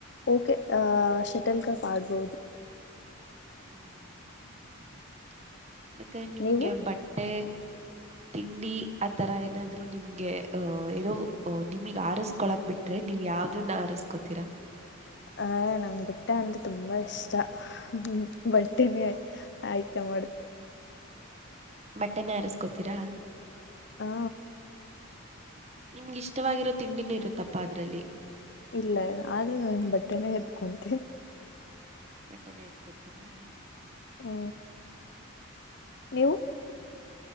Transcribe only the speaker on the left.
ಓಕೆ ಹ ಶೆಟಲ್ಕಾಕ್ ಅಡಬೋದು
ನೀವು
ಹ ನಂಗ್ ಬೆಟ್ಟ <unintelligible> ಅಂದ್ರೆ ತುಂಬಾ ಇಷ್ಟ ಹ್ಮ ಬಟ್ಟೆನೆ ಆಯ್ತು <unintelligible>
ಹಾ
ಇಲ್ಲ ಆದ್ರೂ ನಾನ ಬಟ್ಟೆನೇ ಎತ್ಕೊಂತಿನ್
ಹ
ನೀವು